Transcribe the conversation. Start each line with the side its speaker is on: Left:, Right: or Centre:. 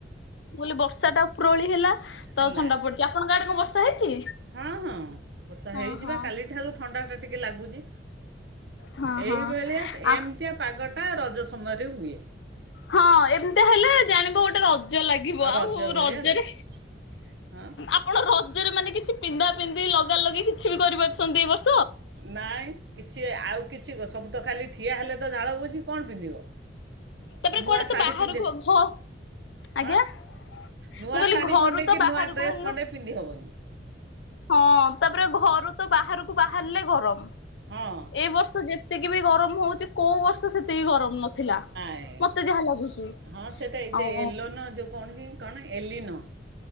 Left: ବ ବର୍ଷା ସେଟା ଉପ୍ରୋବେଳି ହେଲା। ତ
Right: ହେଲା
Left: ଥଣ୍ଡା ପଡିଛି ଆପଣଙ୍କ ଆଡେ କଣ ବର୍ଷା ହେଇଛି?
Right: ହଁ ହଁ ବର୍ଷା
Left: ହଁ
Right: ହେଯିବା
Left: ହଁ
Right: କାଲିଠାରୁ ଥଣ୍ଡା ଟିକେ ଲାଗୁଛି।
Left: ହଁ
Right: ଏଇଭଳିଆ
Left: ହଁ
Right: ଏମିତିଆ
Left: ଆଉ
Right: ପାଗ ଟା ରଜ ସମୟରେ ହୁଏ।
Left: ହଁ ଏମିତି ହେଲେ ଜାଣିବ ଗୋଟେ ର ରଜ ଲାଗିବ ଆଉ
Right: ରଜ ଭଳିଆ
Left: ରଜରେ
Right: ଲାଗେ ହଁ
Left: ଆପଣ ରଜ ଜରେ ମାନେ କିଛି ପିନ୍ଧା ପିନ୍ଧି ଲଗା ଲଗି କିଛି ବି କରିପାରୁସନ୍ତି, ଏ ବର୍ଷ
Right: ନାଇଁ କିଛି ଆଉ କି ଛି ସବୁ ତ ଖାଲି ଠିଆ ହେଲେ ତ ଝାଳ ବୁହୁଛି କଣ ପିନ୍ଧିବ?
Left: ତାପରେ
Right: ନୂଆ
Left: କୁଆଡେ ତ
Right: ଶାଢ଼ୀ
Left: ବାହାରକୁ
Right: ପିନ୍ଧେ
Left: ଘ
Right: ହଁ
Left: ଆଜ୍ଞା ମୁଁ
Right: ନୂଆ
Left: କହିଲି
Right: ଶାଢ଼ୀ
Left: ଘରୁ
Right: ଖଣ୍ଡେ
Left: ତ
Right: କି
Left: ବହାରକୁ
Right: ନୂଆ ଡ୍ରେସ୍
Left: ବାହାରିଲେ,
Right: ଖଣ୍ଡେ ପିନ୍ଧି ହେବନି
Left: ହଁ ତାପରେ ଘରୁ ତ ବାହାରକୁ ବାହାରିଲେ ଗରମ।
Right: ହଁ
Left: ଏଇ ବର୍ଷ ଯେତିକି ବି ଗରମ ହଉଛି କୋଉ ବର୍ଷ ସେତିକି ଗରମ ନଥିଲା।
Right: ଏଁ
Left: ମତେ ଯାହା ଲାଗୁଛି
Right: ହଁ ସେଇଟା ଏ ଯେ
Left: ଆଉ
Right: ଏଲୋନୋ ଯୋଉ, କଣ କି କଣ ଏଲିନୋ।